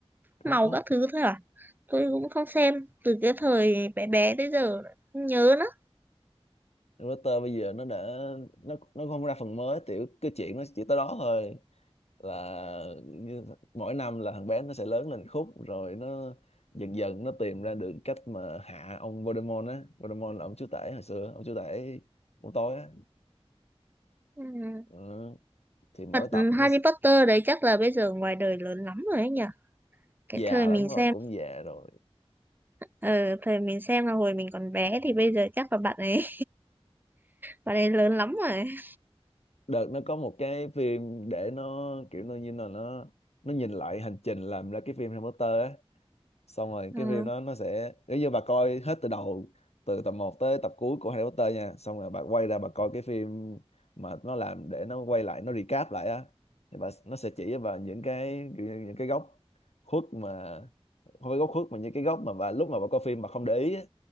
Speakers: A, on the left; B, on the right.
A: có
B: màu
A: có
B: các thứ thôi à tôi cũng không xem từ cái thời bé bé tới giờ không nhớ nữa
A: router bây giờ nó đã nó nó không ra phần mới tiểu cái chuyện nó chỉ tới đó thôi là như, mỗi năm là thằng bé nó sẽ lớn lên khúc rồi nó dần dần nó tìm ra được cách mà hạ ông Voldemort á Voldemort là ông chúa tể hồi xưa ông chúa tể của tôi á
B: ừ.
A: Ờ, thì mỗi
B: Thật
A: tập nó
B: Harry
A: s-
B: Potter đấy chắc là bây giờ ngoài đời lớn lắm rồi ấy nhỉ cái
A: già
B: thời
A: lắm
B: mình
A: rồi
B: xem
A: cũng già rồi Ờ,
B: ờ thời mình xem là hồi mình còn bé thì bây giờ chắc là bạn ấy Bạn ấy lớn lắm rồi.
A: đợt nó có một cái phim để nó kiểu nó như là nó nó nhìn lại hành trình làm ra cái phim Harry Potter á xong rồi
B: Ừ.
A: cái phim đó nó sẽ nếu như bà coi hết từ đầu từ tập một tới tập cuối của Harry Potter nha xong rồi bà quay ra bà coi cái phim mà nó làm để nó quay lại nó recap lại á thì bà nó sẽ chỉ cho bà những cái kiểu như những cái góc khuất mà không phải góc khuất mà những cái góc mà bà lúc mà bà coi phim mà không để ý á,